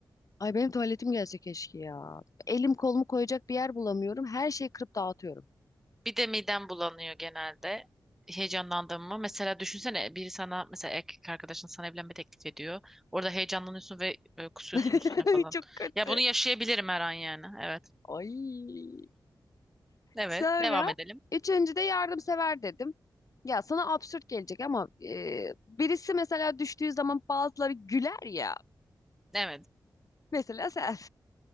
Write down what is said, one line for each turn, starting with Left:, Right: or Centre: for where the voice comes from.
Left: Ay benim tuvaletim gelse keşke ya. Elim kolumu koyacak bir yer bulamıyorum. Her şeyi kırıp dağıtıyorum.
Centre: Bir de midem bulanıyor genelde. Heyecanlandım mı? Mesela düşünsene biri sana mesela erkek arkadaşın sana evlenme teklif ediyor. Orada heyecanlanıyorsun ve böyle kusuyorsun
Left: <laughs>
Centre: üstüne falan.
Left: Çok kötü.
Centre: Ya bunu yaşayabilirim her an yani. Evet.
Left: Ay.
Centre: Evet.
Left: Sonra
Centre: Devam edelim.
Left: üçüncü de yardımsever dedim. Ya sana absürt gelecek ama e, birisi mesela düştüğü zaman bazıları güler ya.
Centre: Evet.
Left: Mesela sen.